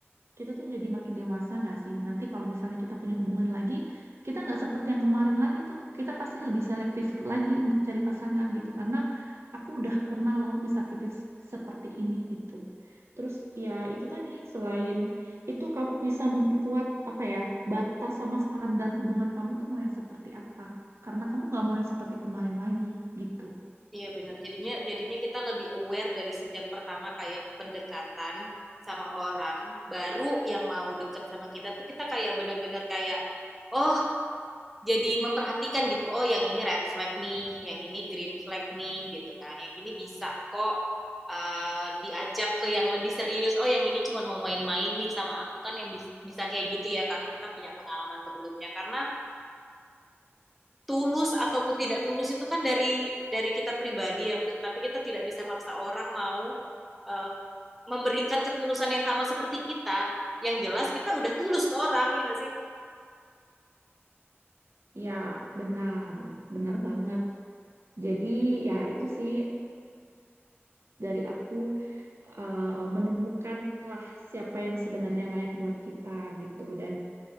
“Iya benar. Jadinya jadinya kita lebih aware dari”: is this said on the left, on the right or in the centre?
Centre